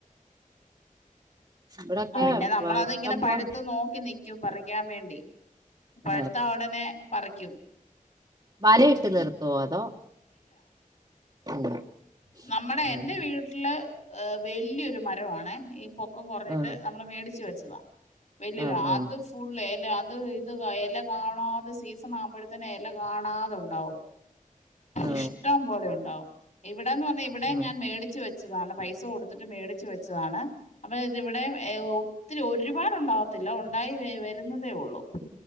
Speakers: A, on the right; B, on the left.
A: ഇവിടൊക്കെ
B: ആ പിന്നെ നമ്മളത്ങ്ങനെ
A: വ- ഇഷ്ടം
B: പഴുത്ത്
A: പോലെ
B: നോക്കി നി ക്ക്യും പറിയ്ക്കാൻ വേണ്ടി പഴുത്താ
A: ആ
B: ഒടനെ പറക്ക്യും
A: വലയിട്ട് നിർത്തുവോ അതോ <inaudible>
B: നമ്മടെ
A: ഉം.
B: എന്റെ വീട്ടില് വല്യ ഒരുമരവാണേ ഇ പൊക്കം കുറഞ്ഞിട്ട്
A: ആ
B: നമ്മള് മേടിച്ച് വെച്ച് ച്ചിതാ വല്യൊര
A: ആ ആ ആ
B: അത് ഫുൾ എ ല്ല അത് ഇത് ക എല കാണാതെ സീസൺ ആവുമ്പോഴ്ത്തേന് എല കാണാതെ ഉണ്ടാവും
A: ആ
B: ഇഷ്ടം പോലെ ഉണ്ടാവും ഇവിട് വ്ടേന്ന് പറഞ്ഞാ ഇവിടെ
A: ആ
B: ഞാൻ മേടിച്ച് വച്ചതാണ് പൈസ കൊടുത്തിട്ട് മേടി ച്ച് വെച്ചതാണ് അപ്പം ഇതിവിടെ എ ഒത്തിരി ഒര് ഒരുപാടുണ്ടാവത്തില്ല ഉണ്ടായി വേരുന്നതേ ഒള്ളൂ